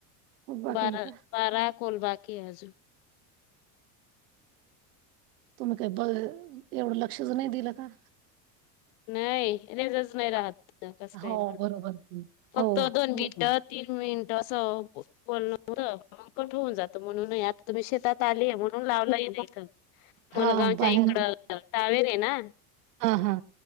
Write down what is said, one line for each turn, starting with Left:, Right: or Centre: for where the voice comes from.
Right: खूप बाकी
Left: बारा
Right: आहे का
Left: बारा कोल बाकी क अजुन
Right: तुम्ही काही ब एवढं लक्षच नाही दिलं का
Left: नाही रेजच नाही राहत कस
Right: हो
Left: काय
Right: बरोबर
Left: फक्त
Right: हो
Left: दोन
Right: मग
Left: मिनिट तीन मिनट ं बोलल हो म कट होऊन जात म्हणून आता तुम्ही शेतात आलीय म्हणून लावलाय तथ
Right: हा
Left: मलगावच्या
Right: बाहेर
Left: इकड तवेर आहे ना
Right: हा हा